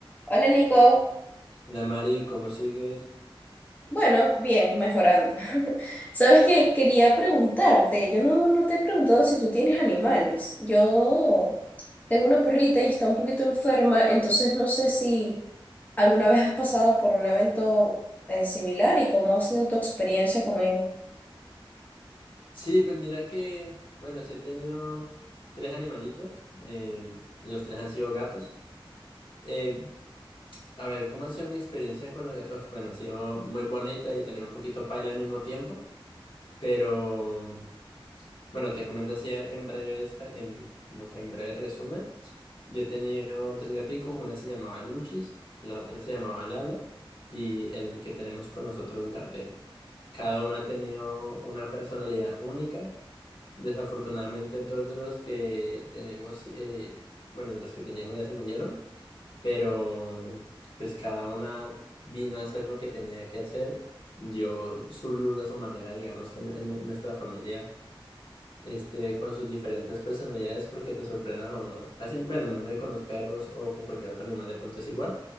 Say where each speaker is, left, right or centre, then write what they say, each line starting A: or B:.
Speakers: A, on the left; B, on the left.
A: Hola Nico,
B: La Mari, ¿cómo sigues?
A: bueno, bien, mejorando. <laughs> Sabes que quería preguntarte, yo no, no te he preguntado si tú tienes animales. Yo tengo una perrita y está un poquito enferma, entonces no sé si alguna vez has pasado por un evento eh, similar y cómo ha sido tu experiencia con ella.
B: Sí, pues mira que, bueno, sí he tenido tres animalitos, eh, los tres han sido gatos. Eh, a ver, ¿cómo ha sido mi experiencia con el gato? bueno, ha sido muy bonita y también un poquito paila al mismo tiempo, pero mm, bueno, te comento así en breves, ca- en, como que en breve resumen. Yo he tenido tres gaticos, una se llamaba Luchis, la otra se llamaba Lala y el que tenemos con nosotros, Gardel. Cada uno ha tenido una personalidad única Desafortunadamente, dos de los que tenemos, eh, bueno, de los que teníamos ya se murieron, pero pues cada una vino a hacer lo que tenía que hacer, dio su luz a su manera, digamos que en, en nuestra familia, este, con sus diferentes personalidades, porque te sorprendas o no. Así, bueno, me imagino que con los perros o con cualquier otro animal de pronto es igual,